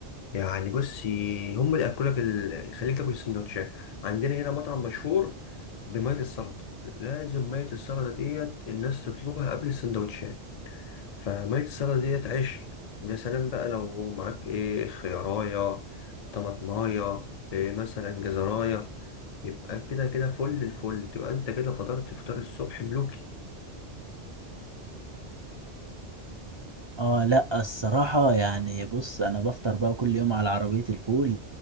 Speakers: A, on the left (about 60°); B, on the right (about 40°).
A: يعني بص ي- هم اللي ياكلك ال... يخليك تاكل السندوتشات عندنا هنا مطعم مشهور بميه السلطه لازم ميه السلطه ديت الناس تطلبها قبل السندوتشات فميه السلطه ديت عيش ويا سلام بقى لو معاك ايه خيارايه طماطمايه إيه مثلا جزرايه يبقى كده كده فل الفل تبقى انت كده فطرت فطار الصبح ملوكي
B: اه لا الصراحة يعني بص انا بفطر بقى كل يوم على عربية الفول